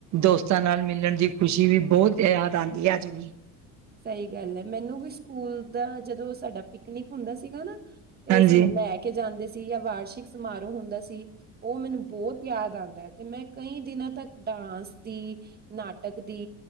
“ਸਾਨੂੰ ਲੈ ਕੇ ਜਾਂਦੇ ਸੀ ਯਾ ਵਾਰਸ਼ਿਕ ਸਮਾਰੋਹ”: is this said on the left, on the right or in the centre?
Right